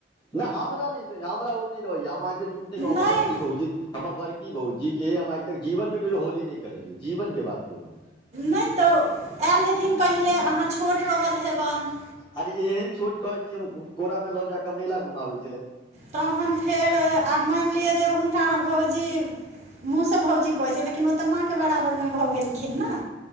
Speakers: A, on the left; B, on the right.
A: नय हमरा ने हमरा ओ ने रहेया हम अहाँ के जुट नै कहब
B: नहि
A: हम बड़की भौजी हमर बड़की भौजी के हम आइ तक जीवन मे कहियो होली नै खेल लिये जीवन के बात कहि रहल छी
B: नै तऽ आयल हेथिन पहिले अहाँ छोट रहल हेबन
A: आर एहेन छोट कहे छी हम कोरा में लो जा के मेला घुमा वे
B: त हन फेर आब मैयन लिअ जे तऽ भौजी मुँह से भौजी कहे छीयेओतऽ लेकिन ओ त माँ के बराबर में भ गेलखिन ने